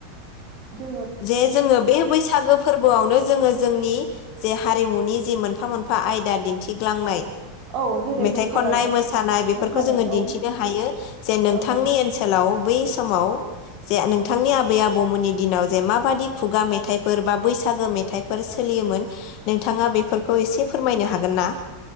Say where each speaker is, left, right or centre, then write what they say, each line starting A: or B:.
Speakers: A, on the right; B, on the left.
A: ज
B: जे जोङो बे बैसागो फोरबोआवनो जोङो जोंनि जे हारिमुनि जे मोनफा मोनफा आयदा दिन्थिग्लांनाय
A: औ जेरै
B: मेथाइ
A: मोसानाय
B: खननाय मोसानाय बेफोरखौ
A: मोसानाय
B: जोङो
A: औ
B: दिन्थिनो हायो जे नोंथांनि
A: औ
B: ओनसोलाव बै समाव जे नोंथांनि आबै आबौमोननि दिनाव जे माबादि खुगा मेथाइफोर बा बैसागो मेथाइफोर सोलियोमोन नोंथाङा बेफोरखौ एसे फोरमायनो हागोन ना?